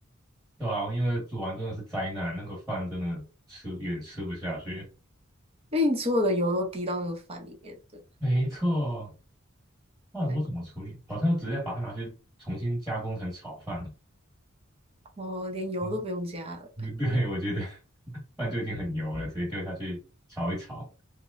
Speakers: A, in the centre; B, on the right.
A: 对啊，因为煮完真的是灾难，那个饭真的吃也吃不下去。
B: 因为你所有的油都滴到那个饭里面，对吧，
A: 没错，后来我怎么处理？
B: 哎呦，
A: 好像直接把它拿去重新加工成炒饭了。
B: 哦，连油都不用加了。
A: 啊，嗯对，我觉得 <laughs> 饭就已经很油了，直接丢下去炒一炒。